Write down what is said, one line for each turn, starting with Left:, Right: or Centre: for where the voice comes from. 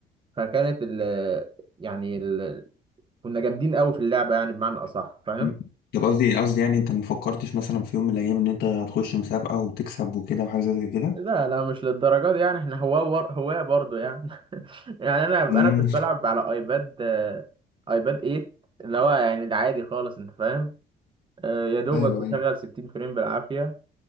Right: فكانت ال يعني ال كنا جامدين قوي في اللعبة يعني بمعنى اصح فاهم
Left: مم. طب قصدي قصدي يعني انت ما فكرتش مثلا في يوم من الايام ان انت هتخش مسابقه وتكسب وكده وحاجه زي كده
Right: لا لا مش للدرجة دي يعني احنا هواة بر... هواة برضه يعني <laughs> يعني انا انا
Left: مم.
Right: كنت بلعب على ايباد آه، ايباد 8 اللي هو يعني العادي خالص انت فاهم آه، يا دوبك
Left: ايوه ايوه
Right: مشغل 60 فريم بالعافية